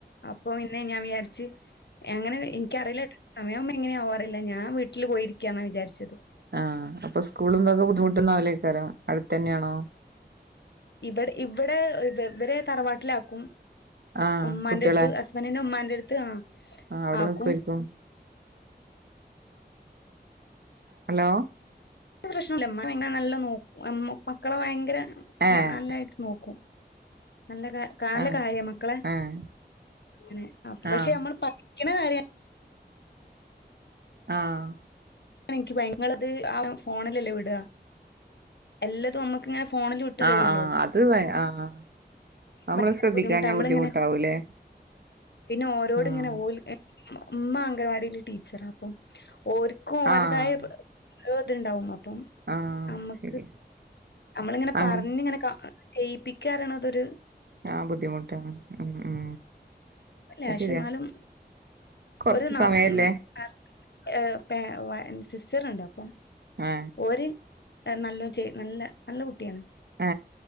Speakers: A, on the left; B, on the right.
A: അപ്പോപിന്നെ ഞാ വിചാരിച്ച് എങ്ങനെ എനിക്കറീല സമയവുമ്പോ എങ്ങനെയ ആവാറില്ല ഞാൻ വീട്ടില് പോയിരിക്യന്നാ വിചാരിച്ചത്
B: ആഹ് അപ്പൊ സ്കൂളുംന്തൊക്കെ ബുദ്ധിമുട്ടും ഒന്നാവൂല്ലേ ക്കാരം അടുത്ത തന്ന്യാണോ.
A: ഇവടെ ഇവടെ ഇവ ഇവരെ തറവാട്ടിലാക്കും.
B: ആഹ്
A: മ്മന്റെടത്തും
B: കുട്ടികളെ
A: ഹസ്ബന്റിന്റെ ഉമ്മാന്റെഡ് ത്ത് ആഹ്
B: ആഹ്, അവ്ടെ
A: ആക്കും
B: നിക്കു ആയിരിക്കും. ഹലോ
A: പ്രശ്നല്ല ഇമ്മ പിന്നെ നല്ല നോ അ മക്കളെ ഭയങ്കര
B: ഏഹ്
A: നല്ലായിട്ട് നോക്കും. നല്ല നല്ല
B: ആഹ്
A: കാര്യം മക്കളെ
B: ഏഹ്
A: അങ്ങനെ അ പക്ഷെ
B: ആഹ്
A: നമ്മൾ പഠിക്കണ കാര്യ
B: ആഹ്
A: എനിക്ക്യങ്ങളത് ആ ഫോണല്ലല്ലേ വിട എല്ലാതും നമ്മുക്ക് ഇങ്ങനെ ഫോണിൽ വിട്ട്
B: ആ
A: തരുല്ലോ
B: ആ അത് ആഹ് നമ്മള്
A: ഭയങ്കര
B: ശ്രദ്ധിക്കാഞാൽ
A: ബുദ്ധിമുട്ടാ നമ്മളിങ്ങനെ
B: ബുദ്ധിമുട്ടാവൂലേ
A: പിന്നെ ഓരോട്
B: ആഹ്
A: ഇങ്ങനെ ഓൽ ഉമ്മ അംഗൻവാടിൽ ടീച്ചറാപ്പം ഓര്ക്കും ഓരതായ
B: ആഹ്
A: ഏത്ണ്ടാവും മപ്പ ഉം
B: ആഹ്
A: നമ്മുക്ക്
B: ശരി
A: നമ്മളിങ്ങനെ
B: അങ്ങനെ
A: പറഞ്ഞ ഇങ്ങനെ ജയിപ്പിക്കാറോ അതൊരു
B: ആഹ ബുദ്ധിമുട്ടാണ് ഉ ഉം
A: അല്ലേ
B: അത്
A: പക്ഷെ
B: ശരിയാ
A: എന്നാലും
B: കൊറച്ച്
A: ഒരു നാത്തു
B: സമയല്ലേ
A: <unintelligible> അച്ചറണ്ട് അപ്പം
B: ആ
A: ഓര് നല്ലോ ചെയ്യ് നല്ല നല്ല കുട്ട്യാണ്
B: ഏ